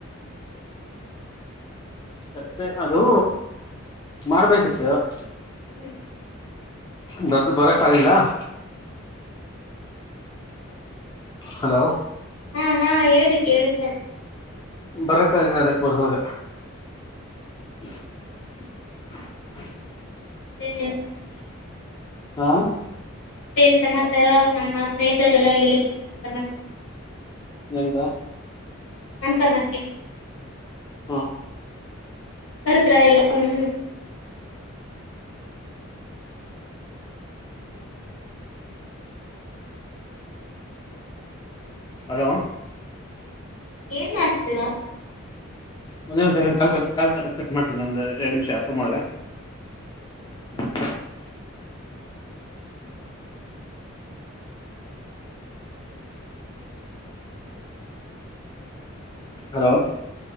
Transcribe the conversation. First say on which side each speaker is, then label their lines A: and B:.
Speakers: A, on the left; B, on the left.
A: ಮತ್ತೆ, ಅದು ಮಾಡ್ಬೇಕಿತ್ತು? <inaudible>
B: ಹ್ಮ್
A: ಭಟ್ರು ಬರಕಾಗಿಲ್ಲ? <inaudible> ಹಲೋ. <inaudible>
B: ಹೂ, ಹೂ, ಹೇಳಿ, ಕೇಳಿಸ್ತಾ ಇದ್ದೆ. <inaudible>
A: ಬರಕ್ಕಗಲ್ಲ, ಅದಕ್ ಬರ್ತದೆ. <inaudible> <unintelligible> <inaudible>
B: ಮತ್ತೆ, ಏನ್ ಸಮಾಚಾರ? <inaudible>
A: ಹಾ. <inaudible>
B: ಮತ್ತೆ, ಏನ್ನ್ ಸಮಾಚಾರ? ನಮ್ಮ ಸ್ನೇಹಿತರೆಲ್ಲಾ, ಹೇಳಿದ್ರಂತಲ್ಲಮ್ಮ. <inaudible>
A: ಎಂತ? <inaudible>
B: ಅನುಕ, ಮಾರ್ಕೆಟ್. <inaudible>
A: ಹೂ. <inaudible>
B: ಕರದ್ರ, ಎಲ್ಲಾನು? <inaudible>
A: ಹಲೋ! <inaudible>
B: ಏನ್, ಮಾಡ್ತಿದ್ದೀರಾ? <inaudible>
A: ಒಂದೇ, ಒಂದ್ ಸೆಕೆಂಡ್, ಕಾಲ್, ಕ್ಲಬ್ಯಾಕ್, ಮಾಡ್ತೀನಿ! ಒಂದು ಎರಡ್ ನಿಮಿಷ, ಫೋನ್ ಮಾಡ್ರೆ. <inaudible> <unintelligible> <inaudible> ಹಲೋ. <inaudible>